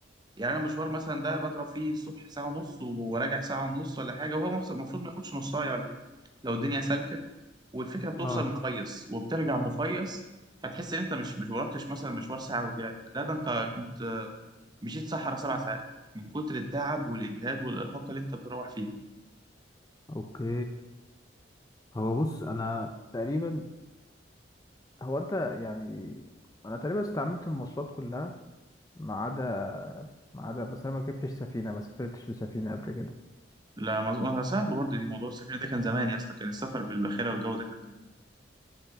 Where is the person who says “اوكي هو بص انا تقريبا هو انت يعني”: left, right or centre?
Left